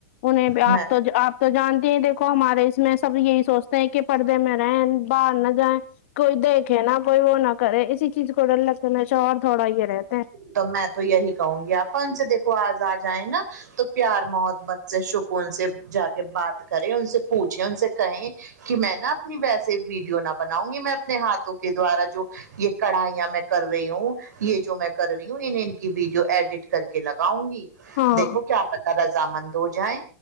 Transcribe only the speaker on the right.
میں
تو میں تو یہی کہونگی آپا ان سے دیکھو آج آ جائیں نا تو پیار محبت سے سکون سے جا کے بات کریں ان سے پوچھیں ان سے کہیں کہ میں نا اپنی ویسے ویڈیو نہ بناؤں گی میں اپنے ہاتھوں کے دوارا جو یہ کڑھائیاں میں کر رہی ہوں یہ جو میں کر رہی ہوں انہیں ان کی ویڈیو ایڈٹ کر کے لگاؤں گی
دیکھو کیا پتتا رضا مند ہو جائیں